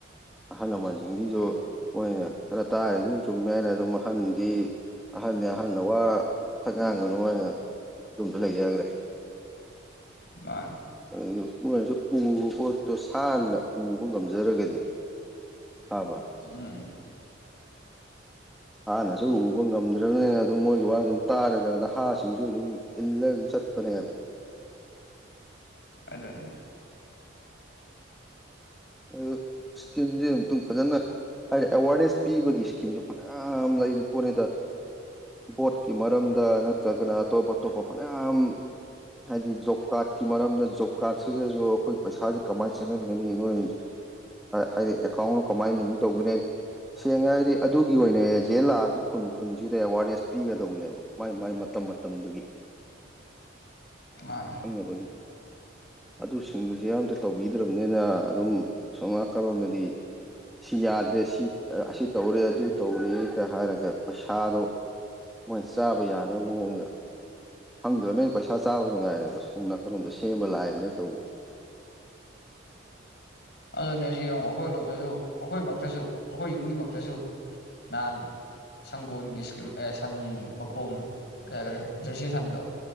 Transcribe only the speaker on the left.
ꯍꯣꯏ
ꯃꯥ
ꯎꯝ
ꯑꯗꯨꯅꯦ
ꯃꯥꯅꯦ
ꯑꯗꯨꯅꯦ ꯁꯤ ꯌꯦꯡꯉꯣ ꯑꯩꯈꯣꯏ ꯂꯣꯝꯗꯁꯨ ꯑꯩꯈꯣꯏꯃꯛꯇꯁꯨ ꯑꯩꯈꯣꯏ ꯌꯨꯝꯒꯤꯃꯛꯇꯁꯨ ꯅꯍꯥꯟ ꯁꯪꯒꯣꯜꯒꯤ ꯁ꯭ꯀꯤꯝ ꯑꯦ ꯁꯟ ꯃꯈꯣꯝ ꯀꯩ ꯍꯥꯏꯈꯔꯦ ꯖꯔꯁꯤ ꯁꯟꯗꯣ